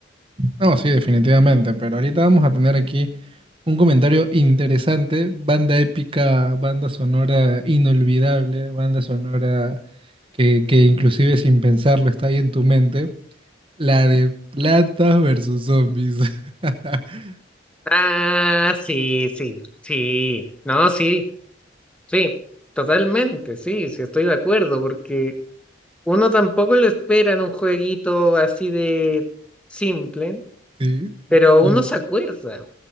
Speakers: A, on the right; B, in the centre.
A: No, sí, definitivamente, pero ahorita vamos a tener aquí un comentario interesante, banda épica, banda sonora inolvidable, banda sonora que, que inclusive sin pensarlo está ahí en tu mente, la de Plantas versus Zombies. <laughs>
B: Ah, sí, sí, sí. No, sí, sí. Totalmente, sí, sí, estoy de acuerdo, porque uno tampoco lo espera en un jueguito así de simple,
A: Sí,
B: pero
A: sí, simple.
B: uno se acuerda.